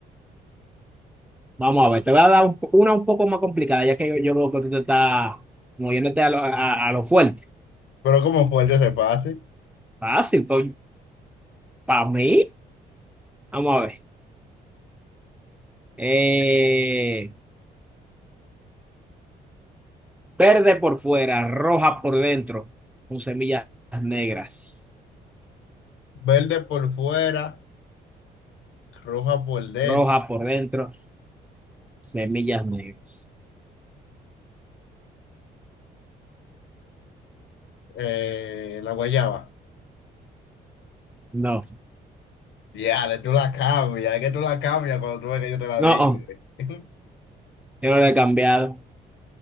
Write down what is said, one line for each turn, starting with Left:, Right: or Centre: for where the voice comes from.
Centre: Vamos a ver, te voy a dar un- una un poco más complicada, ya que yo, yo veo que tú te estás moviéndote a lo, a, a lo fuerte.
Left: Pero como fuerte se pase.
Centre: Fácil, pues, para mí. Vamos a ver. Eh, verde por fuera, roja por dentro, con semillas negras.
Left: Verde por fuera, roja por dentro.
Centre: roja por dentro, semillas negras.
Left: Eh, la guayaba.
Centre: No,
Left: Ya, tú la cambias. Es que tú la cambias cuando tú ves que yo te la
Centre: no,
Left: digo. <laughs>
Centre: yo no lo he cambiado.